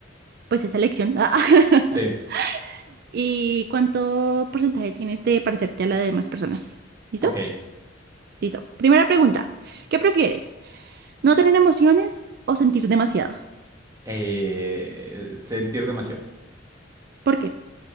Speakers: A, on the right; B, on the right.
A: pues esa elección. <laughs>
B: Sí,
A: ¿Y cuánto porcentaje tienes de parecerte a la de demás personas? ¿Listo?
B: ok.
A: Listo. Primera pregunta. ¿Qué prefieres? ¿No tener emociones o sentir demasiado?
B: Eh, sentir demasiado,
A: ¿Por qué?